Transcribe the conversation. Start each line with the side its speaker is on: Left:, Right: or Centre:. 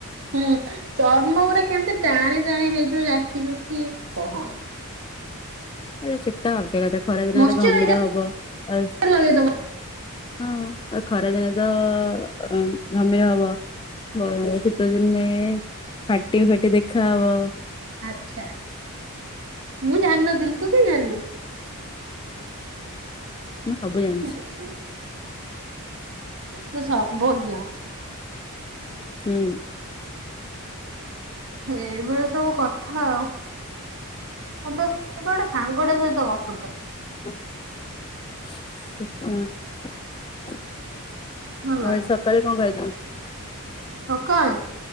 Right: ହୁଁ, ଚର୍ମ ଗୁଡା କେମିତି ଟାଣି ଟାଣି ହେଇଯିବ, ଯାକି ଯୁକି କହନା ।
Left: ଆରେ ସେଟା ଆଲଗା କଥା। ଖରାଦିନ
Right: ମଶ୍ଚରାଇଜର
Left: ତ ଘମୀର ହବ। ଆସ୍
Right: ଲଗେଇଦବ
Left: ହଁ, ଆ ଖରାଦିନେ ତ-ଅ ଘମିର ହବ । ହଁ ଯେ, ଶୀତ ଦିନେ ଫାଟି ଫାଟି ଦେଖା ହବ ।
Right: ଆଛା, ମୁଁ ଜାଣିନଥିଲି। ତୁ କିଁ ଜାଣିଲୁ?
Left: ମୁଁ ସବୁ ଜାଣିଛି
Right: ହାଁ ହାଁ, ତୁ ସର୍ବଜ୍ଞ!
Left: ହୁଁ।
Right: ଏଭଳି ସବୁ କଥା ଆଉ । ଏବେ ଏବେ ଗୋଟେ, ସାଙ୍ଗଟା ସହିତ ଗପୁଥିଲି ।
Left: ଇଚ୍ଛାଁ।
Right: ହେଲା
Left: ଆଜି ସକାଳେ କଣ ଖାଇଥିଲୁ?
Right: ସକାଳେ!